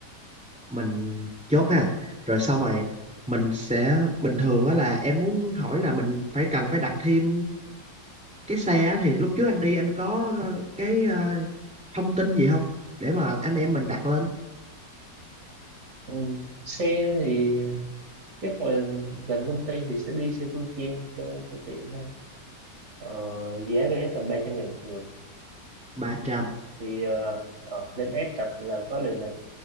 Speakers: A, in the centre; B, on the right.
A: mình chốt ha rồi xong rồi mình sẽ bình thường á là em muốn hỏi là mình phải cần phải đặt thêm cái xe á, thì lúc trước anh đi anh có ờ, cái ờ, thông tin gì không để mà anh em mình đặt lên
B: Ừm, xe thì chắc là gần công ty thì sẽ đi xe Phương Trang cho cho tiện thôi Ờ, giá vé tầm 300 ngàn một người
A: bà Tràm
B: thì ờ, ờ, lên app tập là có liền này